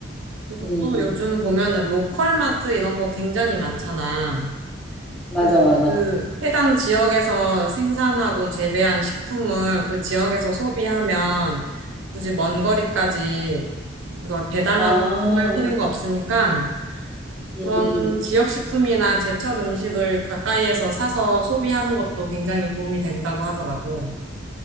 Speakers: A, on the right (about 75°); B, in the centre.
A: 그리고
B: 음,
A: 또 요즘 보면은 로컬 마트 이런 거 굉장히 많잖아.
B: 맞아,
A: 그래서
B: 맞아.
A: 그 해당 지역에서 생산하고 재배한 식품을 그 지역에서 소비하면 굳이 먼 거리까지 이걸 배달하고
B: 아,
A: 통할 필요가 없으니까 그런
B: 음, 음.
A: 지역 식품이나 제철 음식을 가까이에서 사서 소비하는 것도 굉장히 도움이 된다고 하더라고.